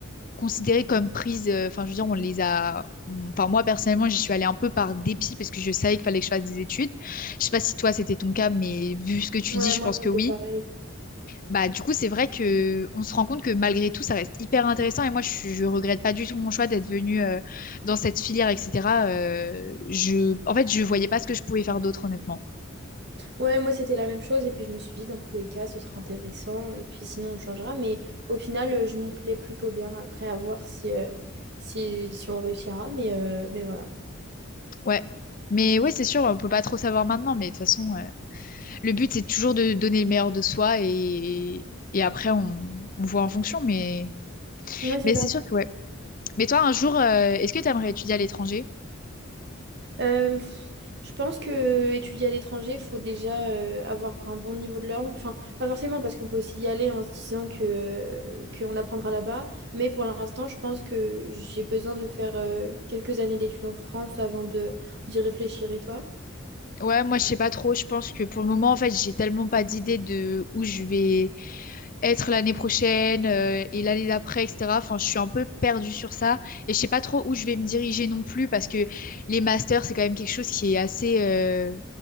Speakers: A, on the left; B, on the right.
A: considérées comme prises. euh, Enfin, euh, je veux dire, on les a. Enfin, moi, personnellement, j'y suis allée un peu par dépit parce que je savais qu'il fallait que je fasse des études. Je sais pas si toi, c'était ton cas, mais vu ce que tu
B: Ouais,
A: dis, je
B: moi
A: pense que
B: c'était
A: oui.
B: pareil.
A: Bah, du coup, c'est vrai que on se rend compte que malgré tout, ça reste hyper intéressant. Et moi, je, je regrette pas du tout mon choix d'être venue euh, dans cette filière, etc. Euh, je, en fait, je voyais pas ce que je pouvais faire d'autre, honnêtement.
B: Ouais, moi c'était la même chose et puis je me suis dit dans tous les cas ce sera intéressant et puis sinon on changera mais au final euh, je m'y plais plutôt bien après à voir si, euh, si, si on réussira mais, euh, mais voilà.
A: Ouais. Mais ouais, c'est sûr, on peut pas trop savoir maintenant, mais de toute façon. euh, le but, c'est toujours de donner le meilleur de soi et, et après, on, on voit en fonction. Mais,
B: Ouais c'est
A: mais
B: ça.
A: c'est sûr que ouais. Mais toi, un jour, euh, est-ce que tu aimerais étudier à l'étranger?
B: Euh, pff, je pense que euh, étudier à l'étranger il faut déjà euh, avoir un bon niveau de langue. Enfin pas forcément parce qu'on peut aussi y aller en se disant que euh, qu'on apprendra là-bas mais pour l'instant je pense que j'ai besoin de faire euh, quelques années d'études en France avant de d'y réfléchir et toi?
A: Ouais, moi, je sais pas trop. Je pense que pour le moment, en fait, j'ai tellement pas d'idée de où je vais être l'année prochaine euh, et l'année d'après, etc. Enfin, je suis un peu perdue sur ça et je sais pas trop où je vais me diriger non plus parce que les masters, c'est quand même quelque chose qui est assez, euh,